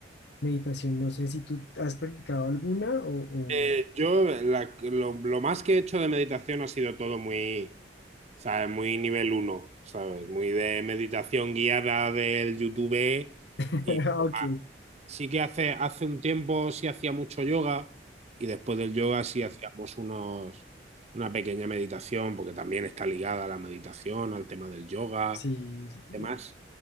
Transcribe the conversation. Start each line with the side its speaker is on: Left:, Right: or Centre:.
Left: meditación. No sé si tú has practicado alguna o...
Right: Eh,
Left: o...
Right: yo la- lo, lo más que he hecho de meditación ha sido todo muy ¿sabes? Muy nivel uno ¿sabes? Muy de meditación guiada del YouTube
Left: <laughs>
Right: y poco
Left: Ah, Ok,
Right: más. Sí que hace, hace un tiempo sí hacía mucho yoga y después del yoga sí hacíamos unos, una pequeña meditación, porque también está ligada a la meditación, al tema del yoga,
Left: sí, sí,
Right: demás.